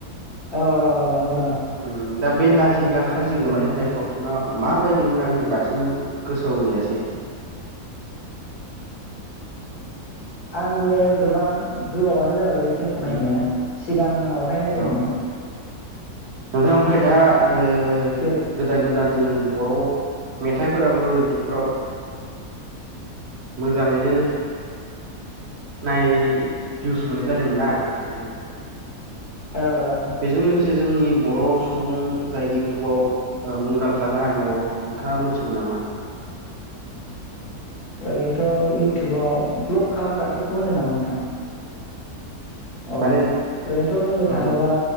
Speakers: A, on the left; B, on the right.
A: औ औ औ नंगौ‌ नंगौ <inaudible>
B: उम दा बे लाजिब्ला खाजि गोमायो होननाय सावथुना माबायदिमोन आं दासिम गोसोआव गैयासै।
A: आंबो गोबां गोबावानो जाबाय। बे फिल्मखौ
B: उम
A: नायनाया सिगाङावहाय नायदोंमोन।
B: औ नोंथां ओमफ्राय दा ओ
A: बे
B: गोदान गोदान जोंनि बर' मेथाइफोराबो इउटुबफ्राव मोजाङैनो नाय भिउस मोननाय जादों ना नोंथां।
A: औ औ
B: बेजों लोगोसे जोंनि बर' सुबुं जाय इउटुबाव ओ मुंदांखा जानानै दङ नोंथाङा मिथिगौ नामा?
A: ओरैनोथ' इउटुबाव भ्लग खालामग्राफोरखौ होनदों नामा नोंथां? अ
B: माने
A: ओरैनोथ' बुंनो
B: औ
A: थाङोबा